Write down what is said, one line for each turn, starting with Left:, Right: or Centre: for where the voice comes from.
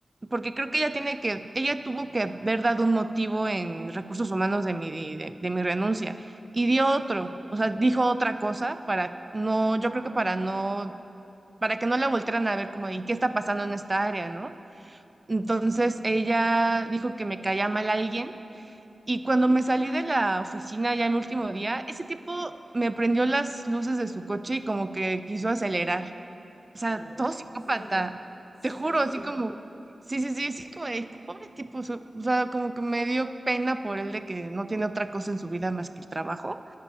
Right: porque creo que ella tiene que, ella tuvo que haber dado un motivo en recursos humanos de mi, de, de mi renuncia y dio otro, o sea, dijo otra cosa para no, yo creo que para no, para que no la voltearan a ver como, ¿y qué está pasando en esta área, no? Entonces ella dijo que me caía mal alguien y cuando me salí de la oficina ya en mi último día, ese tipo me prendió las luces de su coche y como que quiso acelerar. O sea,
Left: ¿Cómo?
Right: todo psicópata.
Left: ¿En serio? Sí,
Right: Te juro,
Left: qué feo.
Right: así como, sí, sí, sí, sí, como, de, pobre tipo, o sea, o sea, como que me dio pena por él de que no tiene otra cosa en su vida más que el trabajo,